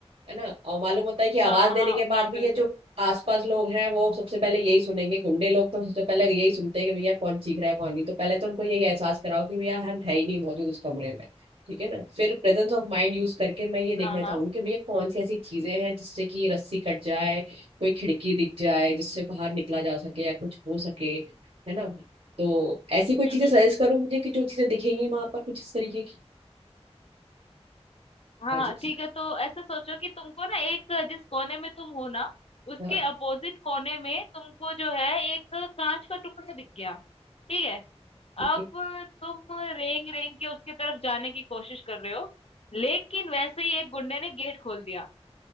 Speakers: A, on the right; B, on the left.
A: है ना और मालूम होता है कि आवाज
B: हाँ
A: देने
B: हाँ
A: के बाद
B: हाँ
A: भी
B: बिल्कुल
A: ये जो आसपास लोग हैं वो सबसे पहले यही सुनेंगे गुंडे लोग तो सबसे पहले यही सुनते हैं कि भैया कौन चीख रहा है कौन नहीं तो पहले तो उनको यही एहसास कराओ कि भैया हम है ही नहीं मौजूद उस कमरे में ठीक है ना फिर प्रेजेंस ऑफ माइंड यूज करके मैं ये देखना
B: हाँ हाँ
A: चाहूंगी कि भैया कौन सी ऐसी चीजें हैं जिससे कि ये रस्सी कट जाए कोई खिड़की दिख जाए जिससे बाहर निकला जा सके या कुछ हो सके है ना तो ऐसी कोई चीजें
B: हम्म हम्म
A: सजेस्ट करूँ मुझे कि जो चीजें दिखेंगी वहां पर कुछ इस तरीके की
B: हाँ
A: हाँ, जैसे-
B: ठीक है तो ऐसा सोचो कि तुमको ना एक जिस कोने में तुम हो ना उसके
A: हाँ,
B: अपोजिट कोने में तुमको जो है एक कांच का टुकड़ा दिख गया ठीक है
A: ठीक
B: अब
A: है
B: तुम रेंग रेंग के उसकी तरफ जाने की कोशिश कर रहे हो लेकिन वैसे ही एक गुंडे ने गेट खोल दिया